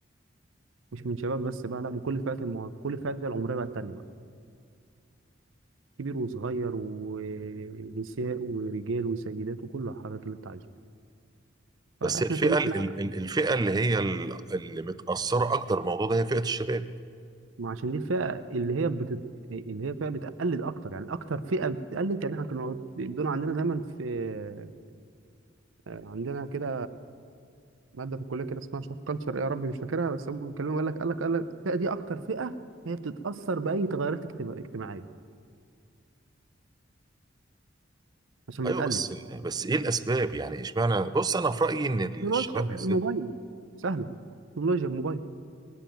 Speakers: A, on the right; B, on the right.
A: مش من شباب بس بقى لا من كل فئات المواطن كل فئات العمريه بقى التانيه بقى كبير وصغير ونساء ورجال وسيدات وكل الحاجات اللي انت عايزها فاحنا
B: بس الفئه
A: طول ما
B: ال-
A: احنا
B: ال- ال- الفئه اللي هي ال- اللي متاثره اكتر بالموضوع ده هي فئه الشباب
A: ما عشان دي الفئة اللي هي بتت... اللي هي فئة بتقلد أكتر يعني أكتر فئة بتقلد يعني إحنا كنا دول عندنا دايما في آه، عندنا كده مادة في الكلية كده اسمها مش عارف كلتشر إيه يا ربي مش فاكرها بس هم بيتكلموا يقول لك قال لك قال لك الفئة دي أكتر فئة هي بتتأثر بأي تغيرات اجتماع- اجتماعية عشان بتقلد
B: ايوه بس بس ايه الاسباب يعني اشمعنى بص انا في رايي ان الشباب
A: تكنولوجيا الموبايل
B: بالذات
A: سهلة تكنولوجيا الموبايل